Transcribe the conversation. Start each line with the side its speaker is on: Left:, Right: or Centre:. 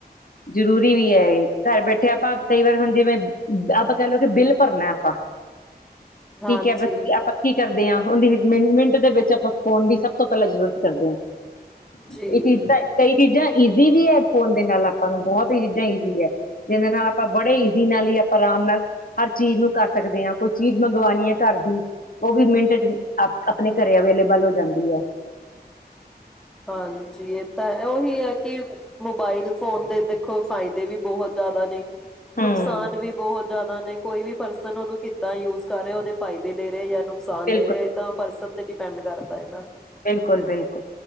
Left: ਜਰੂਰੀ ਵੀ ਏ ਐ। ਘਰ ਬੈਠੇ ਆਪਾ ਕਈ ਵਾਰ ਹੁਨ ਜਿਵੇਂ ਆਪਾ ਕਹਿ ਲੋ ਕਿ ਬਿੱਲ ਭਰਨਾ ਏ ਆਪਾਂ।
Centre: ਹਾਂਜੀ।
Left: ਠੀਕ ਏ ਬਸ <unintelligible> ਕਰਦੇ ਆਂ, ਓਹਦੀ ਮਿਨ ਮਿੰਟ ਦੇ ਵਿੱਚ ਆਪਾ ਫੋਨ ਦੀ ਸਭ ਤੋਂ ਪਹਿਲਾਂ ਜਰੂਰ ਕਰਦੇ ਆਂ। <unintelligible>
Centre: ਜੀ।
Left: ਕਈ ਚੀਜ਼ਾਂ ਈਜ਼ੀ ਵੀ ਹੈ ਫੋਨ ਦੇ ਨਾਲ ਆਪਾਂ ਨੂੰ ਬਹੁਤ ਹੀ ਚੀਜ਼ਾਂ ਈਜ਼ੀ ਹ ਜਿਹਦੇ ਨਾਲ ਆਪਾਂ ਬੜੇ ਈਜ਼ੀ ਨਾਲ ਹੀ ਆਪਾਂ ਆਰਾਮ ਨਾਲ ਹਰ ਚੀਜ਼ ਨੂੰ ਕਰ ਸਕਦੇ ਆਂ ਕੋਈ ਚੀਜ਼ ਮੰਗਵਾਉਣੀ ਹ ਘਰ ਦੀ ਉਹ ਵੀ ਮਿੰਟ ਚ ਆਪਣੇ ਘਰੇ ਅਵੇਲੇਬਲ ਹੋ ਜਾਂਦੀ ਏ।
Centre: ਹਾਂਜੀ, ਇਹ ਤਾਂ ਉਹੀ ਆ ਕਿ ਮੋਬਾਈਲ ਫੋਨ ਦੇ ਦੇਖੋ ਫਾਈਦੇ ਵੀ ਬਹੋਤ ਜਿਆਦਾ ਨੇ। ਨੁਕਸਾਨ
Left: ਹਮ
Centre: ਵੀ ਬਹੋਤ ਜਿਆਦਾ ਨਹੀਂ, ਕੋਈ ਵੀ ਪਰਸਨ ਉਹਨੂੰ ਕੀਦਾ ਯੂਜ ਕਰ ਰਿਆ ਉਹਦੇ ਫਾਈਦੇ ਲੈ ਰਹੇ ਜਾਂ ਨੁਕ <unintelligible>
Left: ਬਿਲਕੁਲ
Centre: ਡਿਪੈਂਡ ਕਰਦਾ ਹੈ ਨਾ
Left: ਬਿਲਕੁਲ, ਬਿਲਕੁਲ